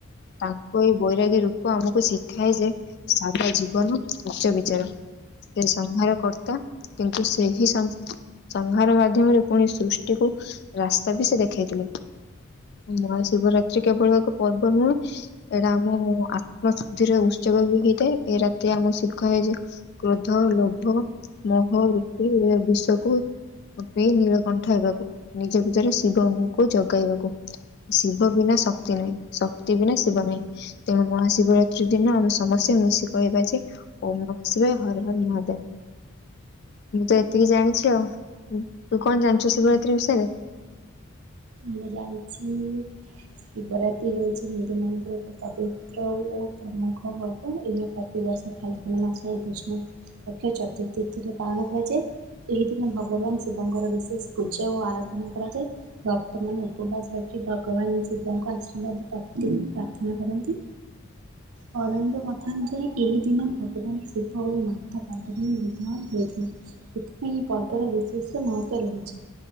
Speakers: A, on the left; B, on the right.
A: ତାଙ୍କ ଏଇ ବୈରାଗୀରୁ କୁ ଆମକୁ ଶିଖାଏ ଯେ ସାରା ଜୀବନ ଉଚ୍ଚ ବିଚାର। ସେସଂହାର କର୍ତ୍ତା କିନ୍ତୁ ସେହି ସ ସଂହାର ମାଧ୍ୟମରେ ପୁଣି ସୃଷ୍ଟିକୁ ରାସ୍ତା ବି ସେ ଦେଖେଇଥିଲେ। ମହା ଶିବରାତ୍ରି କେବଳ ଏକ ପର୍ବ ନୁହେଁ ଏଇଟା ଆମ ଆତ୍ମ ଶୁଦ୍ଧିର ଉତ୍ସବ ବି ହେଇଥାଏ ଏଇ ରାତି ଆମ ଶୀଖାଏଯେ କ୍ରୋଧ ଲୋଭ ମହ ରୂପି ବିଷକୁ କପି ନୀଳକଣ୍ଠ ହେବାକୁ ନିଜ ଭିତରେ ଶିବଙ୍କୁ ଜଗାଇବାକୁ। ଶିବ ବିନା ଶକ୍ତି ନାହିଁ ଶକ୍ତି ବିନା ଶିବ ନାହିଁ। ତେଣୁ ମହାଶିବରାତ୍ରୀ ଦିନ ଆମେ ସମସ୍ତେ ମିଶି କହିବା ଯେ ଓମ୍ ନମଃ ଶିବାୟ ହର ହର ମହାଦେବ। ମୁଁ ତ ଏତିକି ଜାଣିଚି ଆଉ ତୁ କଣ ଜାଣିଚୁ ଶିବରାତ୍ରି ବିଷୟରେ?
B: ମୁଁ ଜାଣିଛି। ଶିବରାତ୍ରି ହେଉଚି ହିନ୍ଦୁ ମାନଙ୍କର ଏକ ପବିତ୍ର ଓ ପ୍ରମୁଖ ପର୍ବ ଏହା ପ ଦିବସ ଫାଲୁଗୁନା ମାସ କୃଷ୍ଣ ପକ୍ଷ ଚତୁର୍ଥୀ ତିଥୀରେ ପାଳନ କରାଯାଏ। ଏହି ଦିନ ଭଗବାନ ଶିବଙ୍କର ବିଶେଷ ପୂଜା ଓ ଆରାଧନା କରାଯାଏ। ଭକ୍ତମାନେ ଉପବାସ ରଖି ଭଗବାନ ଶିବଙ୍କ ଆଶୀର୍ବାଦ ପ୍ରାପ୍ତି ପ୍ରାର୍ଥନା କରନ୍ତି।
A: <inaudible>
B: ପୌରାଣିକ କଥା ଅନୁଯାୟୀ ଏହି ଦିନ ଭଗବାନ ଶିବ ଓ ମାତା ପାର୍ବତୀଙ୍କ ବିବାହ ହୋଇଥିଲା। ସେଥିପାଇଁ ଏ ପର୍ବର ବିଶେଷ ମହତ୍ଵ ରହୁଚି।